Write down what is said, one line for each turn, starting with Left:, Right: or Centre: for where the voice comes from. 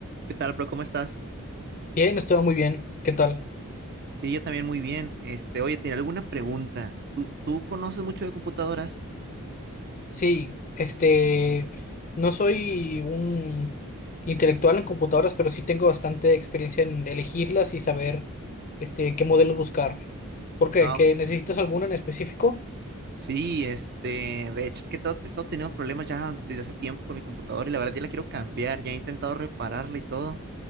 Right: ¿Qué tal, bro? ¿Cómo estás?
Left: Bien, estuvo muy bien. ¿Qué tal?
Right: Sí, yo también muy bien. Este, oye, tenía alguna pregunta. ¿Tú, tú conoces mucho de computadoras?
Left: Sí, este, no soy un intelectual en computadoras, pero sí tengo bastante experiencia en elegirlas y saber, este, qué modelos buscar. ¿Por qué?
Right: No,
Left: ¿Que necesitas alguna en específico?
Right: sí, este, de hecho, es que he estado he estado teniendo problemas ya desde hace tiempo con mi computadora y la verdad ya la quiero cambiar. Ya he intentado repararla y todo.